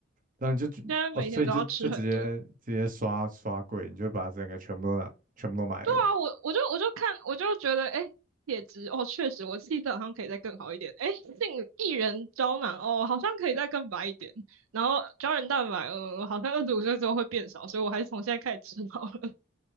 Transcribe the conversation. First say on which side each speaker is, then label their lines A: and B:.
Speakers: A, on the right (about 40°); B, on the right (about 80°).
A: 然后你就觉哦，
B: 现在每天都要吃很多。
A: 所以你就就直接直接刷刷柜，你就把整个全部都拿全部都买了，
B: 对啊，我我就我就看我就觉得，哎，铁质哦，确实我气色好像可以再更好一点。哎，杏薏仁胶囊哦，好像可以再更白一点。然后胶原蛋白，呃，好像二十五岁之后会变少，所以我还是从现在开始吃好了。<laughs>